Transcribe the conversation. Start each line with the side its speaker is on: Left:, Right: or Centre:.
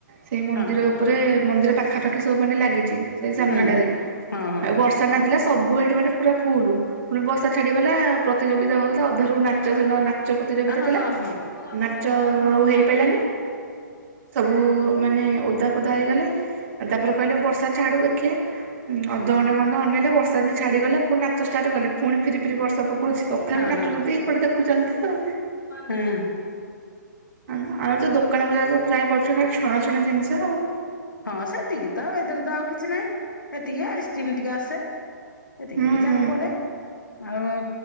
Right: ସେଇ ମନ୍ଦିର
Left: ହଁ
Right: ଉପରେ ମନ୍ଦିର ପାଖ ପାଖାପାଖି ସବୁ ମାନେ ଲାଗିଛି, ସେଇ ସାମ୍ନାଟରେ
Left: ହୁଁ ହଁ ହଁ
Right: ଆଉ ବର୍ଷା ନଥିଲା ସବୁ ଏଠି ମାନେ ପୁରା ଫୁଲ୍ ପୁଣି ବର୍ଷା ଛାଡ଼ିଗଲା ପ୍ରତିଯୋଗିତା ହେଉଥିଲା ଅଧାରୁ ନାଚ ନାଚ ପ୍ରତିଯୋଗିତା
Left: ହଁ
Right: ଥିଲା
Left: ହଁ ହଁ ହଁ
Right: ନାଚ ଆଉ ହେଇପାରିଲାନି ସବୁ ମାନେ ପଦାପଦା ହେଇଗଲେ ତାପରେ କହିଲେ ବର୍ଷା ଛାଡୁ କେତେ ଓ୍େ <inaudible> ଉ ଅଧଘଣ୍େ ଖଣ୍ଡ ଅ ଅନେଇଲେ ବର୍ଷା ଦିନ ଛାଡିଗଲେ ପୁଣି ନାଚଷ୍ଟାଟ ଗଲେ ପୁଣି ଫି ଫିରି ବର୍ଷା <inaudible> କହୁଛି ତଥାପି
Left: ହଁ
Right: ନାଚୁ
Left: ହଁ
Right: ଏଇପଟେ ଦେଖୁଛନ୍ତି ଆଉ
Left: ହଁ
Right: ଆମ ତ ଦୋକାନ ବଜାର ତ ପ୍ରାୟ ପଛ ଖାଲି ଛଣାଛଣା ଜିନିଷ ଆଉ
Left: ହଁ ସେତିକି ତ ଆଉ ଏର ତ ଆଉ କିଛି ନହିଁ ଏତିକି ଆଇସ୍କ୍ରିମ ଟିକେ ଆସେ ଏତିକି
Right: ହୁଁ
Left: ଯାପଡେ
Right: ହୁଁ
Left: ଆଉ